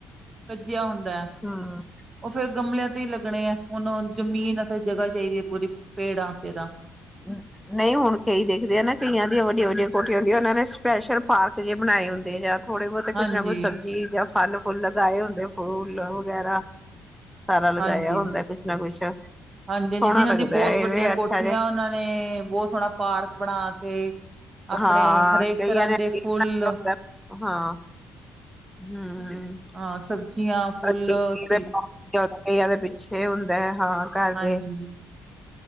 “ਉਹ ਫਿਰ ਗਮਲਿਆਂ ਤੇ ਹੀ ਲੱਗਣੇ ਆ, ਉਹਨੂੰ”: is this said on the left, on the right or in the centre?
Right